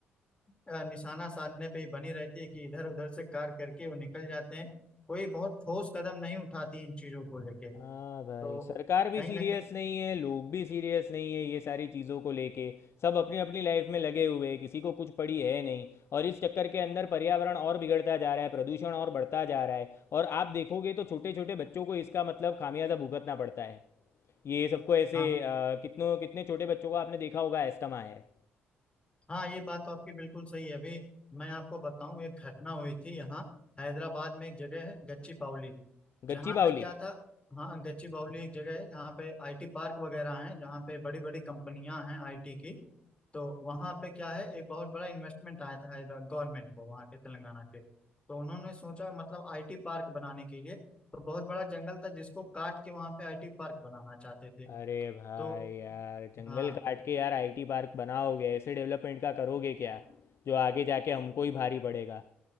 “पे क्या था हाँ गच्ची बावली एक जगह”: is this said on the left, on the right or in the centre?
Left